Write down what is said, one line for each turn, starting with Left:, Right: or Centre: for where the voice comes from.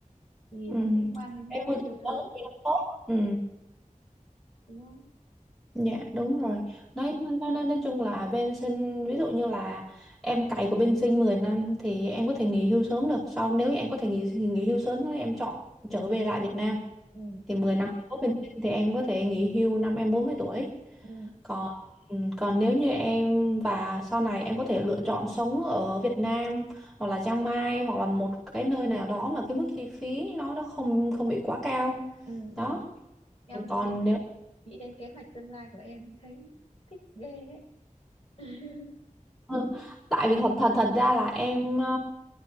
Left: vì
Centre: ừ
Left: nó liên quan đến
Centre: Em
Left: à,
Centre: môi
Left: nhiều
Centre: trường
Left: thứ
Centre: giáo dục thì nó tốt ừ
Left: đúng không
Centre: Dạ đúng rồi
Left: ừ
Centre: nói, nói nói nói chung là bên sinh ví dụ như là em cày của bên sinh 10 năm thì em có thể nghỉ hưu sớm được sau nếu như em có thể nghỉ nghỉ hưu sớm nếu em chọn trở về lại Việt Nam
Left: ừ
Centre: thì mười
Left: ừ
Centre: năm em có bên sinh thì em có thể nghỉ hưu năm em 40 tuổi
Left: ừ
Centre: còn ừ, còn nếu như em và sau này em có thể lựa chọn sống ở Việt Nam hoặc là Chiang Mai hoặc là một cái nơi nào đó mà cái mức chi phí nó nó không không bị quá cao
Left: ừ, ừ.
Centre: đó
Left: em nghĩ
Centre: còn
Left: đến
Centre: nếu
Left: nghĩ đến kế hoạch tương lai của em thấy thích ghê ấy <laughs>
Centre: Ừ. Tại vì thật thật thật ra là em ờ,